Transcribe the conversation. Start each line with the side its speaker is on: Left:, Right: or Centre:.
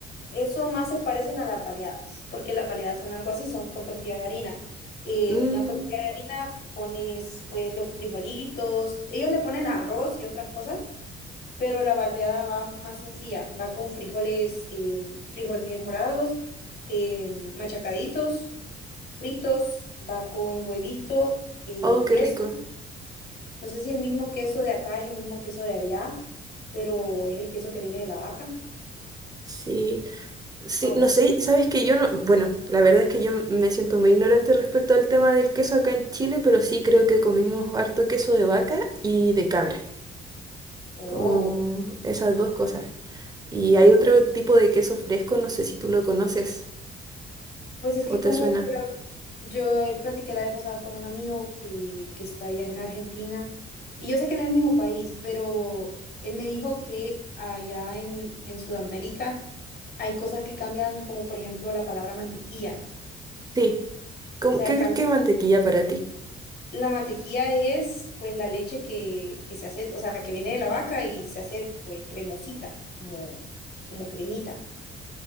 Left: Eso más se parecen a las baleadas, porque las baleadas son algo así, son con tortilla de harina. En
Right: Mm,
Left: una tortilla de harina pones pues los frijolitos, ellos le ponen arroz y otras cosas, pero la baleada va más sencilla, va con frijoles, em, frijoles morados, em, machacaditos, fritos, va con huevito, eh,
Right: oh, qué
Left: queso.
Right: rico.
Left: No sé si el mismo queso de acá es el mismo queso de allá, pero es el queso que viene de la vaca.
Right: Sí, sí,
Left: Ah, bueno.
Right: no sé, sabes que yo no, bueno, la verdad es que yo me siento muy ignorante respecto al tema del queso acá en Chile, pero sí creo que comimos harto queso de vaca y de cabra.
Left: Oh.
Right: como esas dos cosas. Y hay otro tipo de queso fresco, no sé si tú lo conoces
Left: Pues es
Right: o
Left: que
Right: te
Left: como
Right: suena.
Left: yo, yo, eh, platiqué la vez pasada con un amigo que, que está allá en Argentina, y yo sé que no es el mismo país, pero él me dijo que allá en, en Sudamérica hay cosas que cambian, como por ejemplo la palabra mantequilla.
Right: Sí, como,
Left: O sea,
Right: ¿qué,
Left: acá la,
Right: qué mantequilla para ti?
Left: la mantequilla es pues la leche que, que se hace, o sea, que viene de la vaca y se hace pues cremosita, como, como cremita.